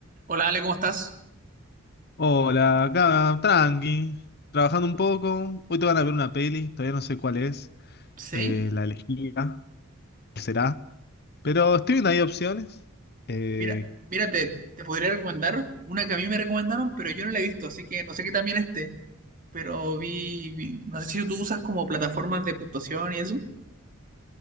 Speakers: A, on the right; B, on the left.
A: Hola Ale, ¿cómo estás?
B: Hola, acá, tranqui, trabajando un poco. Hoy te van a ver una peli, todavía no sé cuál es,
A: Sí,
B: eh, la elegida, cuál será. Pero estoy viendo ahí opciones. Eh,
A: mira, mira, te, te podría recomendar una que a mí me recomendaron, pero yo no la he visto, así que no sé qué también esté, pero vi, vi- no sé si tú usas como plataformas de puntuación y eso,